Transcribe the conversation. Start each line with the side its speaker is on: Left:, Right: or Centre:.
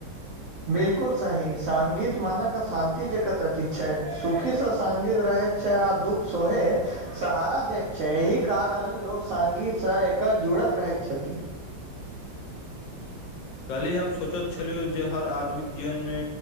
Right: बिलकुल साही सगीत मान के शान्ति जगत ठीक छै सुखी से सगीत रहै। <unintelligible> छैआ आ दुःख सोहे। सहारा दैत छै, एहि कारण लोक संगीत स एकर जुड़त रहैत छथिन।
Left: कल्ही हम सोचैत छलियौ जे हर आदमीके जीवनमे।